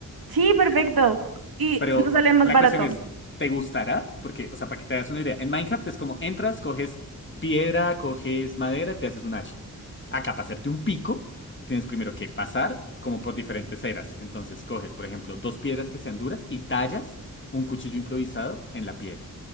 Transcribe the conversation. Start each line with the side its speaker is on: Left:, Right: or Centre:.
Right: Sí, perfecto. Y
Left: Pero
Right: nos sale más
Left: la
Right: barato.
Left: cuestión es, ¿te gustará? Porque, o sea, para que te hagas una idea, en Minecraft es como entras, coges piedra, coges madera, te haces un hacha. Acá, para hacerte un pico, tienes primero que pasar como por diferentes eras. Entonces, coges, por ejemplo, dos piedras que sean duras y tallas un cuchillo improvisado en la piedra.